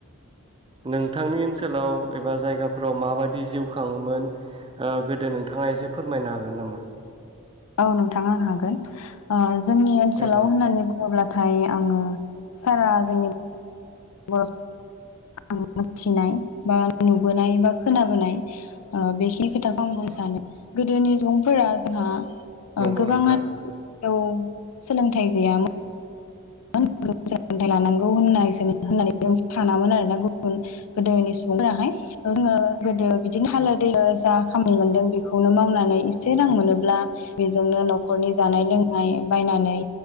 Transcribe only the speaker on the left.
ओं नोंथां आं हागोन ओ जोंनि ओनसोलाव
होननानै बुङोब्लाथ नाथाय आङो सारा जोंनि <inaudible> मोनथिनाय बा नुबोनाय बा खोनाबोनाय ओ बेखिनि खोथाखौ आं बुंनो सानो गोदोनि सुबुंफोरा जोंहा
गोबां
आ औ सोलोंथाइ गैयामो <inaudible> सोलोंथाय लानांगौ होननाय होननानै जों सानामोन आरोना गुबुन गोदोनि सुबुंफोराहाय जोंङो गोदो बिदिनो हालो दैलो जा खामानि मोनदों बेखौनो मावनानै एसे रां मोनोब्ला बेजोंनो न'खरनि जानाय लोंनाय बायनानै